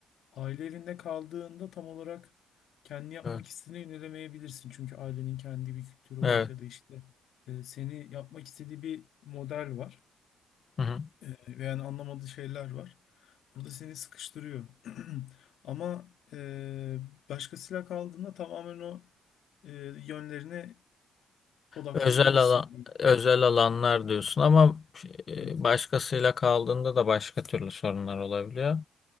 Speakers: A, on the left; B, on the left.
A: Aile evinde kaldığında tam olarak kendi yapmak
B: evet,
A: istediğini yönelemeyebilirsin. Çünkü ailenin kendi bir kültürü
B: evet.
A: var ya da işte e, seni yapmak istediği bir model var.
B: Hı hı.
A: E, ve yani anlamadığı şeyler var. Orada seni sıkıştırıyor. <clears throat> Ama e, başkasıyla kaldığında tamamen o e, yönlerine odaklanabilirsin
B: Özel alan,
A: diyeyim.
B: özel alanlar diyorsun ama e,
A: Evet.
B: başkasıyla kaldığında da başka türlü sorunlar olabiliyor.